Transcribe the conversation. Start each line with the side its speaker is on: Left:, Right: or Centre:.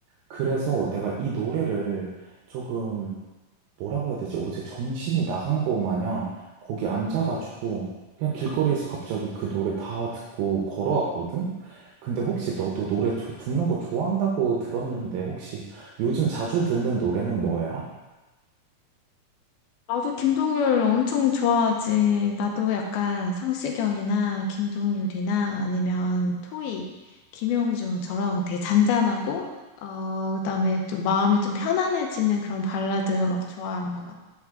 Right: 그래서 내가 이 노래를 조금 뭐라고 해야 되지? 어제 정신이 나간 거 마냥 거기 앉아가지고 그냥 길거리에서 갑자기 그 노래 다 듣고 걸어왔거든? 근데 혹시 너도 노래 조- 듣는 거 좋아한다고 들었는데 혹시 요즘 자주 듣는 노래는 뭐야?
Left: 나도 김동률 엄청 좋아하지. 나도 약간 성시경이나 김동률이나 아니면 토이, 김영중처럼 되게 잔잔하고, 어, 그다음에 좀 마음이 좀 편안해지는 그런 발라드 막 좋아하는 것 같아.